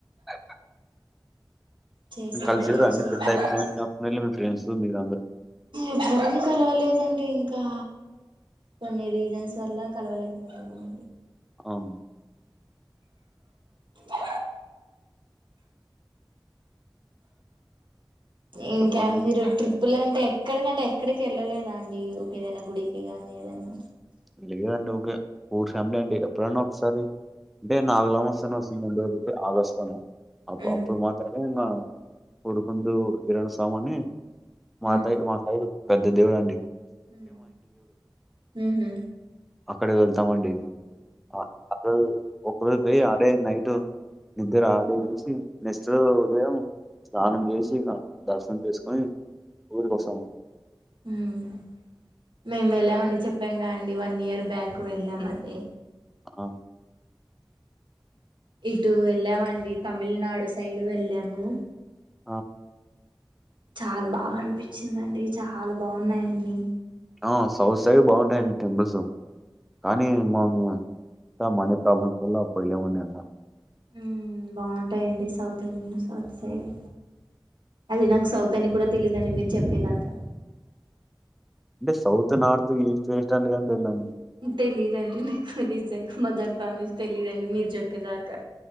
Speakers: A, in the centre; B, on the right (about 70°).
A: అ
B: చేసేది
A: కలిసిర్రా
B: ఏం
A: అండి
B: లేదండి
A: టెన్త్ అయిపోయినాంక మీ ఫ్రెండ్స్ మీరందరూ
B: ఎవ్వరం కలవలేదండి ఇంకా కొన్ని రీజన్స్ వల్ల కలవలేకపోతున్నాం
A: అవునా
B: ఆ ఇంకా
A: చెప్పండి.
B: మీరు ట్రిప్పులంటే ఎక్కడికంటే ఎక్కడికి వెళ్ళలేదా అండి ఎదన్న గుడికి గానీ ఏదన్న
A: ఇంటికాడ్ డౌటే <unintelligible> అండి ఎప్పుడైన్నా ఒకసారి అంటే <unintelligible> <unintelligible> ఆగస్ట్ లోనా అ
B: ఉమ్
A: అట్లనే ప్రమున్న కొడుకుండేవొడు కిరణ సాముని మాతో
B: ఉమ్
A: మా సైడు పెద్ద ఎదవ అండి
B: హుమ్ హు హు
A: అక్కడే వెళ్తామండి అ <unintelligible> అక్కడికి పోయి ఆడే నైట్ నిద్దర ఆడే చేసి నెక్స్ట్ ఉదయం స్నానం చేసి ఇంకా దర్శనం చేసుకొని ఊరికొచ్చినం
B: హుమ్ మేము వెళ్ళామండి చెప్పాం కదండి వన్ ఇయర్ బ్యాక్ వెళ్ళామని
A: ఆ
B: ఇటు వెళ్ళామండి తమిళనాడు సైడు వెళ్ళాము
A: ఆ
B: చాలా బాగా అనిపించిందండి చాలా బాగ ఉన్నాయ్ అన్నీ
A: ఆ సౌత్ సైడ్ బాగుంటాయండి టెంపుల్స్ కానీ మాము మన ప్రాబ్లమ్స్ వల్ల వత్తయి కదండి అన్న
B: హుమ్ బాగుంటాయండి సౌత్ ఇ సౌత్ సైడ్ అది నాకు సౌత్ అని కూడా తెలీదండి మీరు చెప్పేదాకా
A: అంటే సౌత్ నార్త్ ఈస్ట్ వెస్ట్ గానీ తెలీదా అండి
B: తెలీదండి నాకు నిజంగా మదర్ ప్రామిస్ తెలీదండి మీరు చెప్పేదాకా